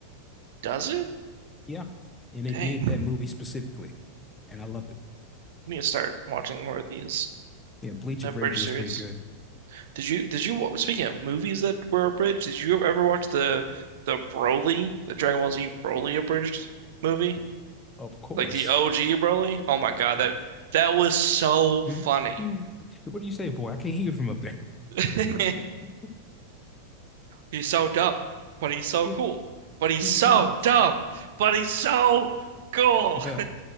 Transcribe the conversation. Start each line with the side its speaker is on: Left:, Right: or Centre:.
Right: Does it?
Left: Yeah, and they
Right: Dang.
Left: did
Right: I
Left: that movie specifically, and I loved it.
Right: need to start watching more of these
Left: Yeah, Bleach
Right: abridged
Left: abridged is
Right: series.
Left: pretty good.
Right: Did you did you wa- speaking of movies that were abridged, did you ever watch the the Broly, the Dragon Ball Z Broly abridged movie?
Left: Of course.
Right: Like the OG Broly? Oh my God,
Left: He's
Right: that
Left: like,
Right: that was so funny.
Left: <laughs> What do you say, boy? I can't hear from up there.
Right: <laughs>
Left: <laughs>
Right: He's so dumb, but he's so
Left: Yeah,
Right: cool. But he's
Left: he's
Right: so
Left: so. t-
Right: dumb, but he's so cool.
Left: Uh,